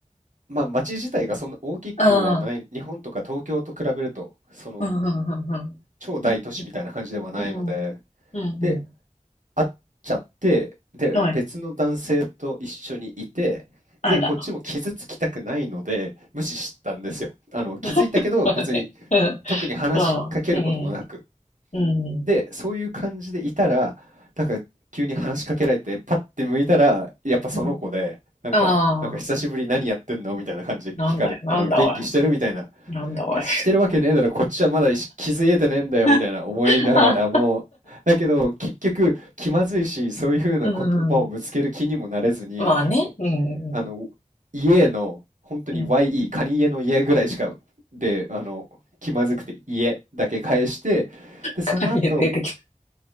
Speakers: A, on the right; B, on the left.
A: まあ、街自体がそんな大きくはない、
B: ああ、
A: 日本とか東京と比べると、その
B: うん、うん、
A: 超大都市みたいな感じではないので、
B: うん、うん。うん、うん、
A: で、
B: うん。
A: 会っちゃって、で、
B: はい。
A: 別の男性と一緒にいて、
B: あら。
A: で、こっちも傷つきたくないので、無視したんですよ。あの、気づいたけど、
B: <laughs> まあね。
A: 別に
B: うん。
A: 特に話しかけることもなく。
B: まあ、うん、うん、
A: で、そういう感じでいたら、なんか急に話しかけられて、パッて向いたら、やっぱその子で、
B: う
A: なんか、
B: ん。ああ、
A: なんか久しぶり何やってんのみたいな感じで聞かれ、
B: なんだよ、なんだおい。
A: あの、元気してるみたいない
B: なんだおい。
A: や、してるわけねえだろ、こっちはまだ気づいてねえんだよみたいな思いながらも、
B: <laughs> あ
A: だけど結局気まずいし、そういうふうな言葉をぶつける気にもなれずに、
B: うん。まあね。
A: もうあの家の本当に
B: うん、うん、
A: YE、
B: うん。
A: カニ家の家ぐらいしかで、あの気まずくて家だけ返して、で、その後
B: カニ出てきた。